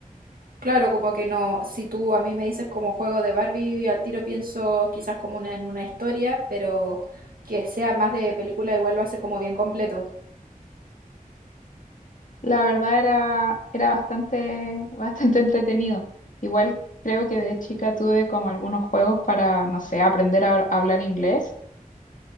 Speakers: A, on the right; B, on the left.
A: claro, como que no, si tú a mí me dices como juego de Barbie, al tiro pienso quizás como una, en una historia, pero que sea más de película igual lo hace como bien completo.
B: La verdad era, era bastante, <laughs> bastante entretenido. Igual creo que de chica tuve como algunos juegos para, no sé, aprender a, hablar inglés.